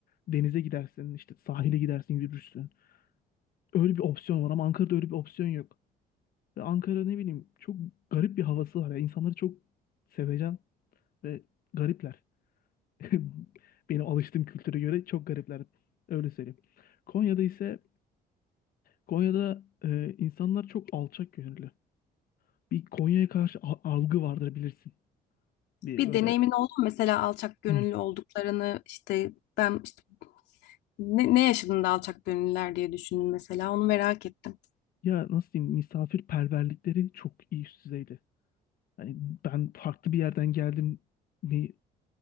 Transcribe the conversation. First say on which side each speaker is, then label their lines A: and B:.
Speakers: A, on the left; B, on the left.
A: denize gidersin, işte sahile gidersin, yürürsün. Öyle bir opsiyon var ama Ankara'da öyle bir opsiyon yok. Ve Ankara ne bileyim çok garip bir havası var ya. İnsanları çok sevecen ve garipler. <laughs> Benim alıştığım kültüre göre çok garipler. Öyle söyleyeyim. Konya'da ise Konya'da e, insanlar çok alçak gönüllü. Bir Konya'ya karşı a- algı vardır bilirsin. bir
B: Bir
A: böyle
B: deneyimin oldu mu? Mesela alçak gönüllü
A: hmm,
B: olduklarını işte ben işte ne, ne yaşadın da alçak gönüllüler diye düşündüm mesela onu merak ettim.
A: ya nasıl diyeyim misafirperverlikleri çok iyi üst düzeydi. Hani ben farklı bir yerden geldim mi